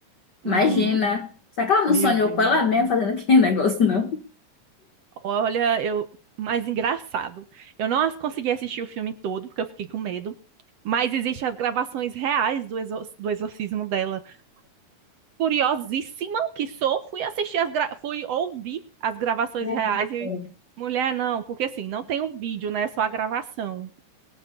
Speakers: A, on the right; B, on the left.
A: Uhum.
B: Imagina. Será que ela não
A: Meu
B: sonhou
A: Deus.
B: com ela
A: do
B: mesma
A: céu.
B: fazendo aquele <laughs> negócio, não?
A: Olha, eu. mais engraçado. Eu não as- consegui assistir o filme todo, porque eu fiquei com medo. Mas existem as gravações reais do, exor- do exorcismo dela. curiosíssima que sou, fui assistir as gra... fui ouvir as gravações
B: É,
A: reais e
B: é.
A: mulher não, porque assim, não tem o vídeo, né? é Só a gravação.